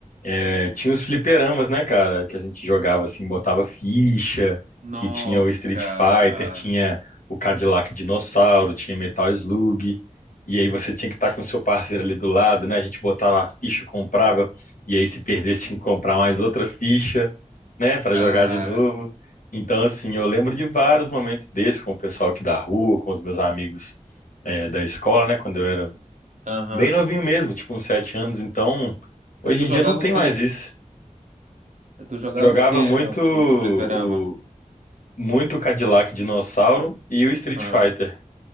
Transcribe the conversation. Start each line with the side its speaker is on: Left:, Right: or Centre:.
Left: É, tinha os fliperamas, né, cara? Que a gente jogava assim, botava ficha,
Right: Nossa,
Left: e tinha o Street
Right: cara.
Left: Fighter, tinha o Cadillac Dinossauro, tinha Metal Slug, e aí você tinha que estar com o seu parceiro ali do lado, né? A gente botava a ficha, comprava, e aí se perdesse tinha que comprar mais outra ficha, né, para
Right: Cara.
Left: jogar de novo. Então, assim, eu lembro de vários momentos desses com o pessoal aqui da rua, com os meus amigos, é, da escola, né, quando eu era
Right: Aham.
Left: bem novinho mesmo, tipo uns sete anos, então. Hoje
Right: Eh, Tu
Left: em
Right: jogava
Left: dia não tem
Right: o quê?
Left: mais isso.
Right: Eh, Tu jogava
Left: Jogava
Right: o quê
Left: muito
Right: no,
Left: o
Right: no fliperama?
Left: muito Cadillac Dinossauro e o Street
Right: Aham.
Left: Fighter.